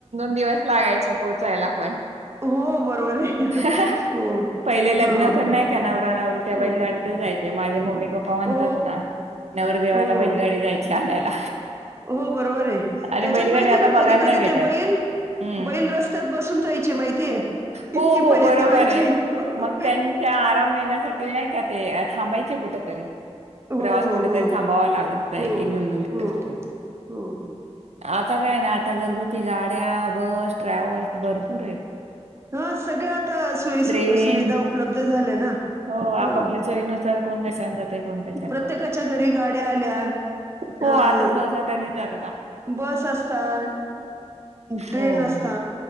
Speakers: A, on the right; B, on the right.
A: दिवस लागायचे पोहोचायला पण
B: हो, बरोबर आहे.
A: अहं अहं
B: हो.
A: पहिले लग्न
B: हां.
A: पण नाही का नवरा नवरीपण त्या
B: हो.
A: बैलगाडीत जाय ते माझे मम्मी पप्पा म्हणतात
B: हो,
A: ना नवरदेवाला
B: हो.
A: बैलगाडी जायची आणायला.
B: हो बरोबर आहे.
A: आणि
B: त्याच्यात
A: बैलगाडी
B: माहितीय
A: आता
B: का कधी
A: बघायला
B: कधी
A: नाही भेटत.
B: ते बैल
A: हं.
B: बैल रस्त्यात बसून जायचे माहितीये
A: हो
B: इतकी
A: हो
B: फजिती
A: बरोबर
B: व्हायची.
A: आहे,
B: हो,
A: मग त्यांच्या आराम येण्या नाही का ते थांबायचे कुठ तरी
B: हो,
A: प्रवास कुठेतरी
B: हो,
A: थांबावा लागत होता
B: हो,
A: एक एक, दोन दोन दिवस
B: हो,
A: लागायचे.
B: हो.
A: आता काय ना आता घरगुती गाड्या, बस ट्रॅव्हल्स भरपूर आहेत.
B: ह सगळं आता सोयी
A: ट्रेन
B: सुविधा उपलब्ध झाल्या ना.
A: हो. आपापल्या
B: हं,
A: सोयीनुसार कोण कशा जात कोण कशाने
B: प्रत्येकाच्या
A: जात.
B: घरी गाड्या आल्या.
A: हो
B: अ,
A: आता सहसा त्याने जात
B: बस असतात. ट्रेन
A: हो
B: असता
A: हो